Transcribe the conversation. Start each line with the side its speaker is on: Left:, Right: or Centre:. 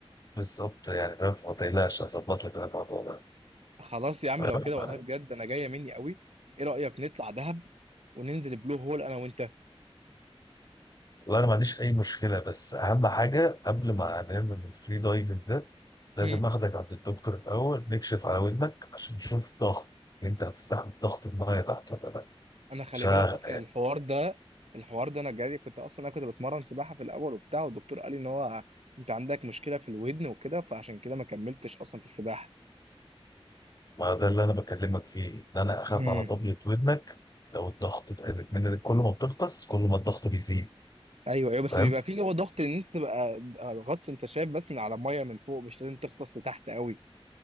Left: بالظبط يعني فاهم فما تقلقش هظبط لك أنا الموضوع ده
Right: خلاص يا عم
Left: فاهم
Right: لو كده والله بجد انا جايه مني قوي ايه رايك نطلع دهب وننزل بلو هول انا وانت
Left: والله انا ما عنديش اي مشكله بس اهم حاجه قبل ما نعمل الفري دايفنج ده لازم
Right: هم.
Left: اخدك عند الدكتور الاول نكشف على ودنك عشان نشوف الضغط ان انت هتستحمل ضغط المايه تحت ولا لا
Right: انا خلي
Left: عشان
Right: بالك اصلا الحوار ده الحوار ده انا جاي كنت اصلا انا كنت بتمرن سباحه في الاول وبتاع والدكتور قال لي ان هو انت عندك مشكله في الودن وكده فعشان كده ما كملتش اصلا في السباحه
Left: ما ده اللي انا بكلمك فيه ان انا اخاف
Right: هم.
Left: على طبلة ودنك لو الضغط اتقلت منك كل ما بتغطس كل ما الضغط بيزيد
Right: ايوه ايوه بس
Left: فاهم
Right: بيبقى فيه اللي هو ضغط ان انت تبقى غطس انت شايف بس من على الميه من فوق مش لازم تغطس لتحت قوي